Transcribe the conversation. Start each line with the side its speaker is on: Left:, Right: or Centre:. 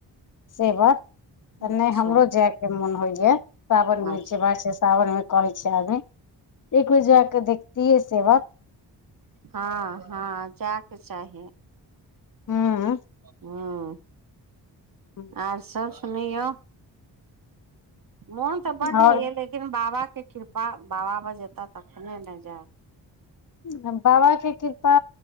Left: से बात
Right: अच्छा
Left: नै से हमरो जाय के मोन होइया सावन
Right: अच्छा
Left: मे जेबा छै सावन मे। कहै छै आगे एक बेर जाकऽ देखतियै सेभऽ
Right: ह ह जायके चाही
Left: हूँ
Right: हुँ।
Left: ह।
Right: आर सभ सुनैयो, मोन तऽ बड होइय
Left: आओर
Right: लेक बाबा के कृपा बाबा बजेता तखने ने जाय
Left: ह बाबा के कृपा